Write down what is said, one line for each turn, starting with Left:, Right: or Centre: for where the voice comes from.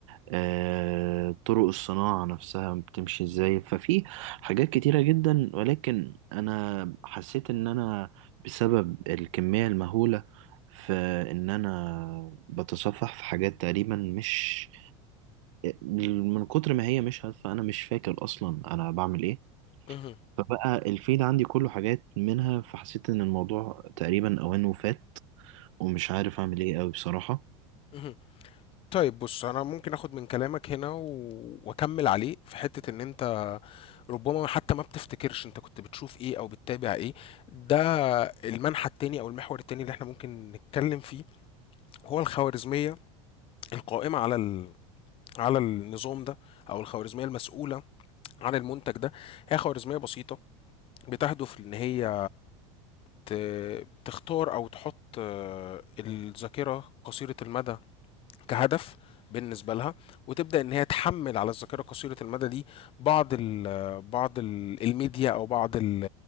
Right: آه، طرق الصناعة نفسها بتمشي ازاي ففي حاجات كتيرة جدا ولكن أنا حسيت إن أنا بسبب الكمية المهولة في ان انا بتصفح في حاجات تقريبا مش من كتر ما هي مش هادفة انا مش فاكر اصلا انا بعمل ايه
Left: مهم.
Right: فبقى الفيد عندي كله حاجات منها فحسيت ان الموضوع تقريبا اوانه فات ومش عارف اعمل ايه قوي بصراحة
Left: مهم. طيب بص انا ممكن اخد من كلامك هنا و... واكمل عليه في حته ان انت ربما حتى ما بتفتكرش انت كنت بتشوف ايه او بتتابع ايه ده المنحى التاني او المحور التاني اللي احنا ممكن نتكلم فيه هو الخوارزمية القائمة على ال... على النظام ده او الخوارزمية المسؤولة عن المنتج ده هي خوارزمية بسيطة بتهدف ان هي ت- تختار او تحط آه، الذاكرة قصيرة المدى كهدف بالنسبه لها وتبدا ان هي تحمل على الذاكره قصيره المدى دي بعض ال بعض ال الميديا او بعض ال